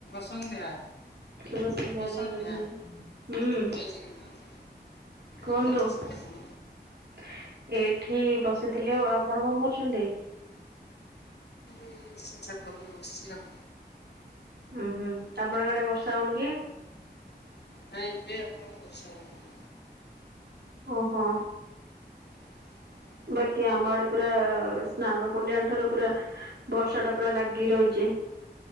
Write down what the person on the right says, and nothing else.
ଶୁଭସନ୍ଧ୍ୟା
ଜୟେ
ଜଗନ୍ନାଥ ହୁଁ।
କୁହନ୍ତୁ
ଏ ଏଠି ବସିଥିଲି ଆଉ ଆପଣ କଣ କରୁଛନ୍ତି?
ଉଁହୁଁ ଆପଣଙ୍କ ଆଡେ ବର୍ଷା ହୋଉନି କି?
ଓହୋ।
ବାକି ଆମ ଆଡେ ପୁରା ସ୍ନାନ ପୂର୍ଣ୍ଣିମା ଠାରୁ ପୁରା ବର୍ଷା ଟା ପୁରା ଲାଗି ରହିଚି।